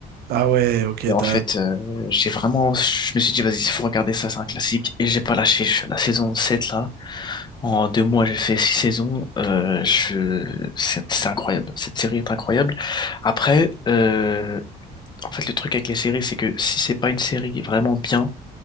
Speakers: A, on the right (about 65°); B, on the left (about 25°).
A: Ah ouais, ok,
B: Et en
A: t'as...
B: fait, euh, j'ai vraiment, je me suis dit, vas-y, il faut regarder ça, c'est un classique. Et j'ai pas lâché. Je- La saison 7 là, en deux mois, j'ai fait six saisons. Euh, je... C'est c'est incroyable. Cette série est incroyable. Après, euh, en fait, le truc avec les séries, c'est que si c'est pas une série vraiment bien,